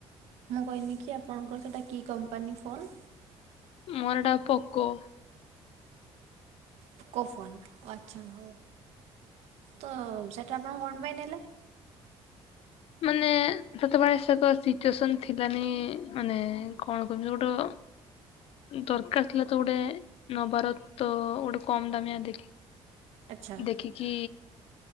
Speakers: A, on the right; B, on the left.
A: ମୁଁ କହିନିକି ଆପଣଙ୍କର ସେଇଟା କି କମ୍ପାନୀ ଫୋନ୍?
B: ମୋର ଏଟା ପୋକୋ।
A: ପୋକୋ ଫୋନ୍ ଆଚ୍ଛା ହଉ ତ ସେଇଟା ଆପଣ କଣ ପାଇଁ ନେଲେ?
B: ମାନେ ସେତେବେଳେ ସେ ଏକ ସିଚୁଏସନ ଥିଲାନି ମାନେ କଣ କହିବି ଗୋଟେ ଦରକାର ଥିଲା ତ ଗୋଟେ ନବାର ତ ଗୋଟେ କମ ଦାମିଆ ଦେଖି
A: ଆଚ୍ଛା
B: ଦେଖିକି